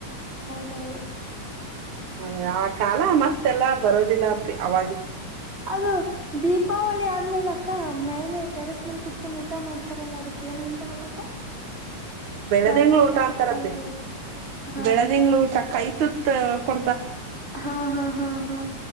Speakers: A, on the right; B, on the right.
A: ದರ <inaudible>
B: ಅವ ಆ ಕಾಲ ಮತ್ತೆಲ್ಲಾ ಬರೋದಿಲ್ಲ ಅವ
A: ಅದು ದೀಪಾವಳಿ ಆದ್ಮೇಲ ಅಕ್ಕ ಮೇಲೆ ಟೆರಸ್ ಮೇಲ್ ಕುತ್ಕೊಂಡ್ ಊಟ ಮಾಡ್ತಾರಲ್ಲಾ ಅದಕ್ಕ ಏನ್ ಅಂತಾರಲ್ಲಕ್ಕ
B: ಬೆಳದಿಂಗಳು
A: ಫ್ಯಾಮಿಲಿ ಎಲ್ಲಾ
B: ಊಟ
A: ಕುೂತ್ಕೊಂಡು
B: ಅಂತಾರಪ್ಪಿ
A: ಊಟ ಹಾ
B: ಬೆಳೆದಿಂಗ್ಳ ಊಟ ಕೈ ತುತ್ ಕೊ
A: ಹಾ ಹಾ ಹಾ ಹಾ